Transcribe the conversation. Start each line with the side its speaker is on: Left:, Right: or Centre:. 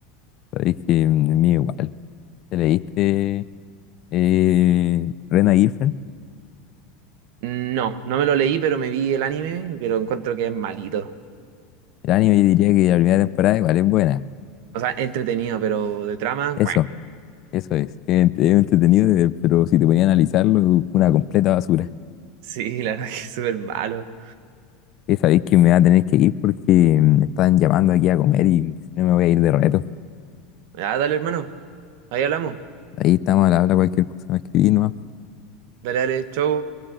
Left: Sabéis que mm, a mí igual. ¿Te leíste eh, Rena Girlfriend?
Right: No, no me lo leí, pero me vi el anime, pero encuentro que es malito.
Left: El anime yo diría que la primera temporada igual es buena.
Right: O sea, entretenido, pero de trama,
Left: Eso.
Right: ¡cuac!
Left: Eso es, es ent- es entretenido, de- pero si te ponía a analizarlo, una completa basura.
Right: Sí, <laughs> la verdad que es súper malo.
Left: Esa vez que me va a tener que ir porque mm, me están llamando aquí a comer y si no me voy a ir de reto.
Right: Ah, dale, hermano. Ahí hablamos.
Left: Ahí estamos al habla, cualquier cosa me escribí nomás.
Right: Dale, dale, chau.